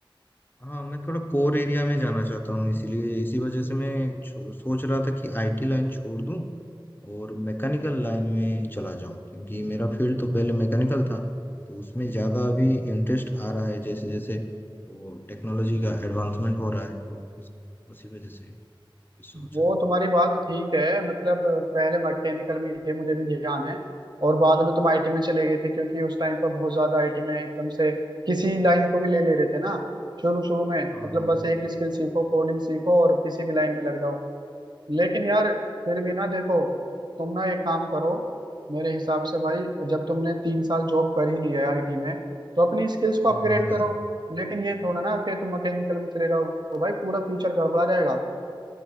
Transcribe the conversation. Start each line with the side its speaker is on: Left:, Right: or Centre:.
Left: हाँ मैं थोड़ा कोर एरिया में जाना चाहता हूँ इसीलिए इसी वजह से मैं छो- सोच रहा था कि आईटी लाइन छोड़ दूँ और मैकेनिकल लाइन में चला जाऊँ क्योंकि मेरा फील्ड तो पहले मैकेनिकल था तो उसमें ज़्यादा अभी इंटरेस्ट आ रहा है जैसे जैसे वो टेक्नोलॉजी का एडवांसमेंट हो रहा है तो उस, उसी वजह से सोच
Right: वो
Left: रहा था
Right: तुम्हारी बात ठीक है मतलब पहले मैकेनिकल में थे मुझे भी ध्यान है और बाद में तुम आईटी में चले गए थे क्योंकि उस टाइम पर बहुत ज्यादा आईटी में एकदम से किसी लाइन को भी ले ले रहे थे ना शुरू शुरू में
Left: हाँ
Right: मतलब
Left: हाँ
Right: बस एक स्किल सीखो कोडिंग सीखो और किसी भी लाइन में लग जाओ लेकिन यार फिर भी ना देखो तुम ना एक काम करो मेरे हिसाब से भाई जब तुमने तीन साल जॉब कर ही ली है आईटी में तो अपनी स्किल्स को
Left: हाँ
Right: अपग्रेड
Left: हाँ भाई
Right: करो लेकिन ये थोड़ा ना कि तुम मैकेनिकल में चले जाओ तो भाई पूरा फ्यूचर गड़बड़ा जाएगा